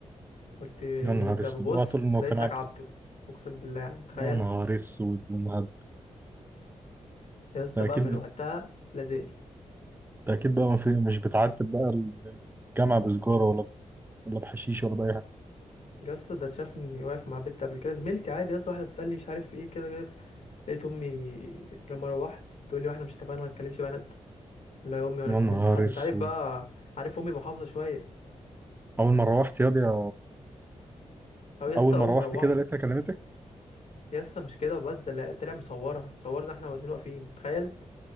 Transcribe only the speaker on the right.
يا نهار
اسود
اوعى تقول انه
كان عبده
يا نهار اسود ومهب
ده
اكيد
ده اكيد بقى ما في مش بتعتب بقى الجامعه بسجاره ولا ولا بحشيش ولا باي حاجه
يا
نهار
اسود
اول ما روحت ياض يا
اول ما
روحت
كده لقيتها كلمتك